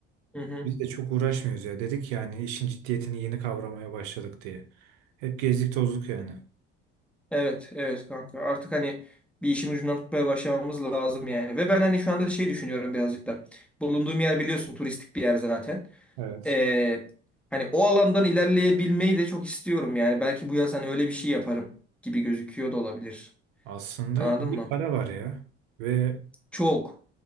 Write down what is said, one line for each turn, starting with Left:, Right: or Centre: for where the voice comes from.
Centre: Hı hı.
Right: Biz de çok uğraşmıyoruz ya. Dedik yani işin ciddiyetini yeni kavramaya başladık diye. Hep gezdik tozduk yani.
Centre: Evet, evet kanka. Artık hani bir işin ucundan tutmaya başlamamız lazım yani. Ve ben hani şu anda şey düşünüyorum birazcık da. Bulunduğum yer biliyorsun turistik bir yer zaten.
Right: Evet.
Centre: Ee, hani o alandan ilerleyebilmeyi de çok istiyorum yani. Belki bu yaz hani öyle bir şey yaparım gibi gözüküyor da olabilir.
Right: Aslında
Centre: Anladın
Right: iyi
Centre: mı?
Right: para var ya ve
Centre: Çok.